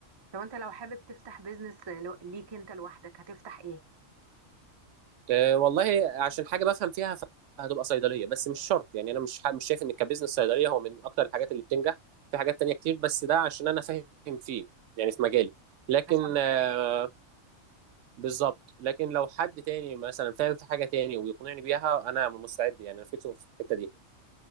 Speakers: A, on the right; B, on the right.
A: طب انت لو حابب تفتح بيزنس لو- ليك انت لوحدك هتفتح ايه
B: أه والله عشان حاجه بفهم فيها هتبقى صيدليه بس مش شرط يعني انا مش ح- مش شايف ان كبزنس صيدليه هو من اكتر الحاجات اللي بتنجح في حاجات تانية كتير بس ده عشان انا فاهم فيه يعني في مجالي لكن
A: عشان مجال
B: آه،
A: تخصصي
B: بالظبط لكن لو حد تاني مثلا فاهم في حاجه تاني ويقنعني بيها انا مستعد يعني انا فكره في الحته دي